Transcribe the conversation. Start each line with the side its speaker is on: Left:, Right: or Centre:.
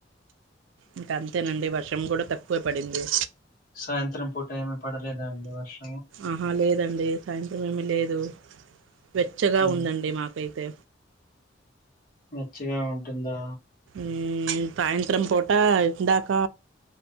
Right: ఇంక అంతేనండి వర్షం కూడా తక్కువే పడింది
Left: సాయంత్రం పూట ఏమి పడలేదా అండి వర్షం
Right: ఆహా లేదండి సాయంత్రం ఏమి లేదు వెచ్చగా
Left: ఉమ్,
Right: ఉందండి మాకైతే
Left: వెచ్చగా ఉంటుందా
Right: ఉమ్ సాయంత్రం పూట ఇందాక